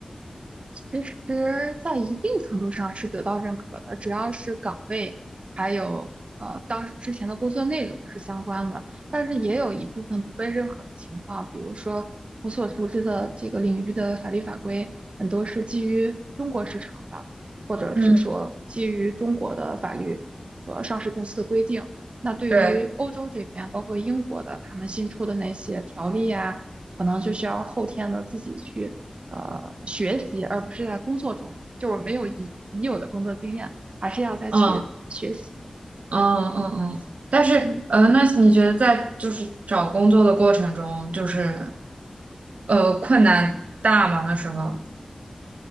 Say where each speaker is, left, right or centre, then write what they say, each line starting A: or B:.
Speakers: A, on the right; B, on the right.
A: 其实，在一定程度上是得到认可的，只要是岗位还有呃当之前的工作内容是相关的，但是也有一部分不被认可的情况，比如说我所熟知的这个领域的法律法规很多是基于中国市场的，或者是说基于中国的法律和上市公司的规定。
B: 嗯
A: 那对于欧洲这边，
B: 对，
A: 包括英国的，他们新出的那些条例啊，可能就需要后天的自己去。呃学习，而不是在工作中，就是没有已已有的工作经验，还是要再去学习的
B: 嗯。嗯嗯嗯，但是呃，
A: 嗯
B: 那你觉得在就是找工作的过程中，就是呃困难大吗？
A: 嗯，
B: 那时候，